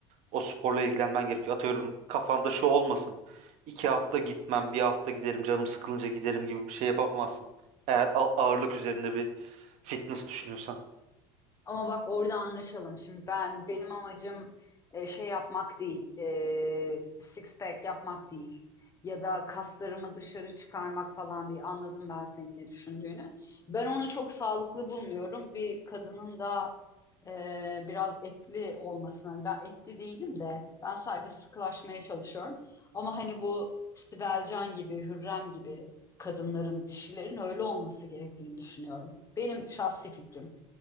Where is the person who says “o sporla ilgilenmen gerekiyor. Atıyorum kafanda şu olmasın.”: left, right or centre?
Right